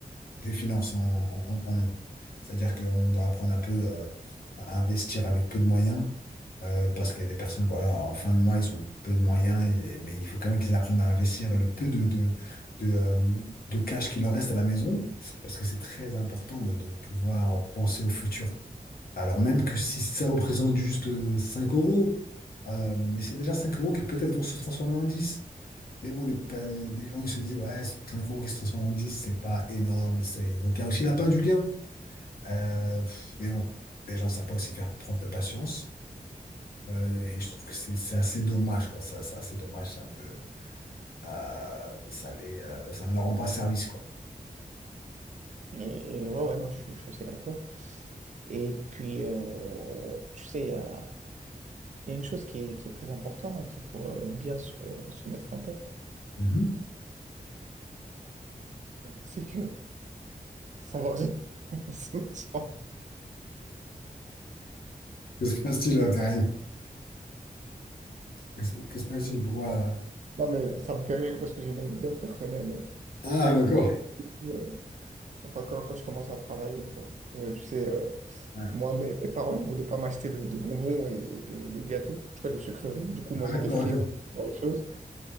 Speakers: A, on the left; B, on the right.
A: des finances en, en, en- en main. C'est-à-dire qu'on doit apprendre un peu euh, à investir avec peu de moyens euh, parce qu'il y a des personnes, voilà, en fin de mois, ils ont peu de moyens, et- mais il faut quand même qu'ils apprennent à investir le peu de, de, de, euh, de cash qui leur reste à la maison parce que c'est très important de, de pouvoir penser au futur. Alors même que si ça représente juste euh, 5 euros, euh, mais c'est déjà 5 euros qui peut-être vont se transformer en 10. Mais bon, les, pa- les- les gens, ils se disent, ouais, c'est 5 euros qui se transforment en dix c'est pas énorme. et c'est- Donc, il y a aussi la part du gain. Euh, pff, mais bon, les gens ne savent pas aussi faire preuve de patience. Euh, et je trouve que c'est c'est assez dommage, quoi. Ça, c'est assez dommage. Ça me, euh, ça les, euh, ça ne leur rend pas service, quoi.
B: Et, et ouais, ouais, non, je, suis je suis assez d'accord. Et puis, euh, tu sais, il y a, il y a une chose qui est, qui est très importante et qu'il faut euh, bien se, se mettre en tête,
A: Mhm.
B: c'est que ça va vite. <laughs> Ça va-
A: Que se passe-t-il, là, t'arrives Que se que se passe-t-il? Pourquoi? euh,
B: Non, mais ça me fait rire parce que j'ai une anecdote personnelle.
A: Ah, d'accord.
B: Euh, du coup, euh, enfin, quand, quand je commence à travailler, quoi. Euh, tu sais, euh,
A: Ouais.
B: Moi, mes, mes parents ne voulaient pas m'acheter de, de bonbons et de, de gâteaux, je crois de sucreries. Du coup, moi,
A: Ah,
B: j'étais
A: d'accord,
B: friand
A: ok.
B: de autre chose.